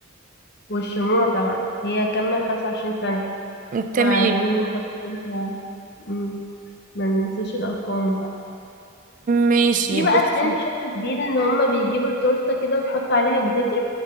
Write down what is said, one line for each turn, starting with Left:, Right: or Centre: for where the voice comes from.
Left: والشموع طبعا هي كمل 25 سنة
Right: تمام
Left: فعايزين نحط لها مم. ما ننساش الأرقام بقى
Right: ماشي
Left: في
Right: بصي
Left: بقى ترند شفته جديد إن هما بيجيبوا التورتة كده ويحطوا عليها جليتر